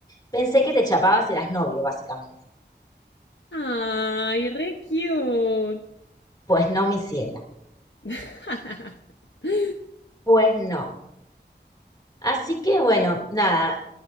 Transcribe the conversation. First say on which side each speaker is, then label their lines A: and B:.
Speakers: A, on the left; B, on the left.
A: pensé que te chapabas si eras novio, básicamente.
B: Ay, re cute.
A: Pues no, mi ciela.
B: <laughs>
A: Pues no. Así que bueno, nada,